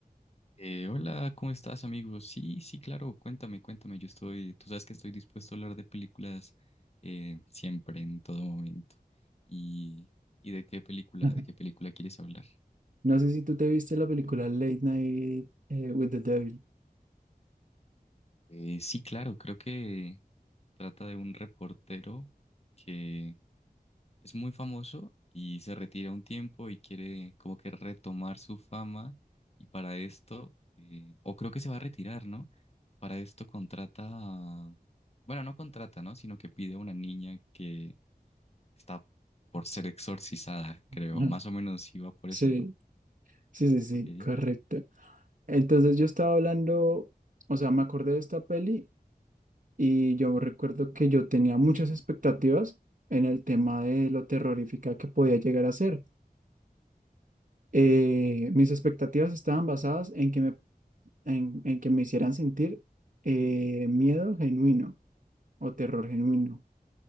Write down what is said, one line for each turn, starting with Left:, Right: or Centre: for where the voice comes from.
Left: Eh, hola, ¿cómo estás, amigo? Sí, sí, claro, cuéntame, cuéntame. Yo estoy, tú sabes que estoy dispuesto a hablar de películas eh, siempre, en todo momento. ¿Y, y de qué película,
Right: Ajá.
Left: de qué película quieres hablar?
Right: No sé si tú te viste la película Late Night eh, with the Devil.
Left: Eh, sí, claro, creo que trata de un reportero que Es muy famoso y se retira un tiempo y quiere como que retomar su fama y para esto, eh, o creo que se va a retirar, ¿no? Para esto contrata, a- bueno, no contrata, ¿no? Sino que pide a una niña que está por ser exorcizada, creo.
Right: Ajá.
Left: Más o menos iba por
Right: Sí,
Left: eso, ¿no?
Right: sí, sí, sí,
Left: Ok.
Right: correcto. Entonces yo estaba hablando, o sea, me acordé de esta peli Y yo recuerdo que yo tenía muchas expectativas en el tema de lo terrorífica que podía llegar a ser. Eh, mis expectativas estaban basadas en que me, en, en que me hicieran sentir eh, miedo genuino o terror genuino.